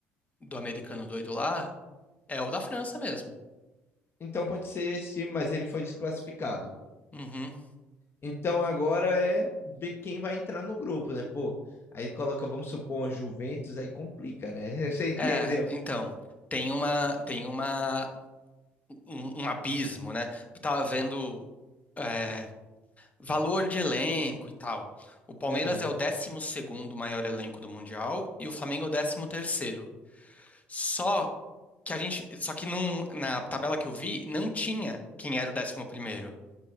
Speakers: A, on the left; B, on the left.
A: do americano doido lá, é o da França mesmo.
B: Então pode ser esse time, mas ele foi desclassificado.
A: Uhum.
B: Então agora é ver quem vai entrar no grupo, né? Pô, aí coloca, vamos supor, uma Juventus, aí complica, né? <laughs> Você entendeu?
A: É, então, tem uma, tem uma, um, um abismo, né? Eu tava vendo. é, Valor de elenco e tal. O Palmeiras
B: Aham.
A: é o décimo segundo maior elenco do Mundial e o Flamengo é o décimo terceiro. Só que a gente, só que num- na tabela que eu vi, não tinha quem era o décimo primeiro.